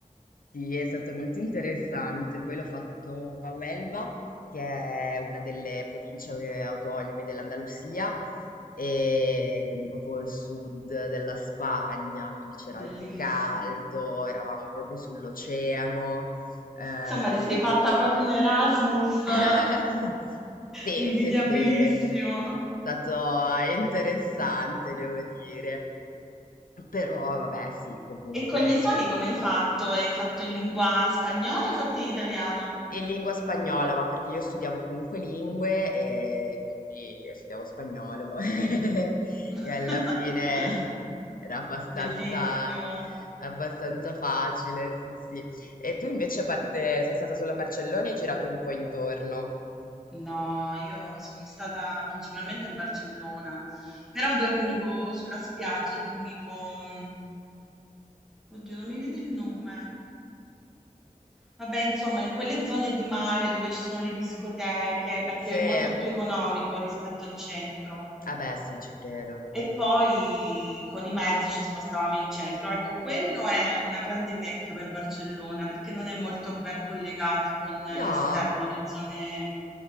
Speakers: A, on the left; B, in the centre.
A: sì, è stato molto interessante. Poi l'ho fatto a Huelva, che è una delle province eh, autonome dell'Andalusia, e quindi proprio il sud della Spagna, quindi c'era
B: Bellissimo.
A: il caldo, eravamo proprio sull'oceano. eh.
B: Insomma, ti sei fatta proprio un Erasmus
A: <laughs>
B: <laughs>
A: Sì,
B: invidiabilissimo.
A: sì, sì, è stato interessante, devo dire. Però vabbè, sì, comunque
B: E con gli esami
A: c'era.
B: come hai fatto? Hai fatto in lingua spagnola o hai fatto in italiano?
A: In lingua spagnola, ma perché io studiavo comunque lingue e quindi studiavo spagnolo <laughs>
B: <laughs>
A: e alla fine era abbastanza,
B: Bellissimo.
A: abbastanza facile, sì, sì. E tu invece, a parte, sei stata solo a Barcellona e hai girato un po' intorno.
B: No, io sono stata principalmente a Barcellona, però dormivo sulla spiaggia, dormivo... mm, Oddio, non mi viene il nome. Vabbè, insomma, in quelle zone di mare dove ci sono le discoteche, perché
A: Se...
B: è molto più economico rispetto al centro.
A: Ah beh, sì, ci credo.
B: E poi con i mezzi ci spostavamo in centro. Ecco, quello è una grande pecca per Barcellona, perché non è molto ben collegata con
A: No?
B: l'esterno, le zone,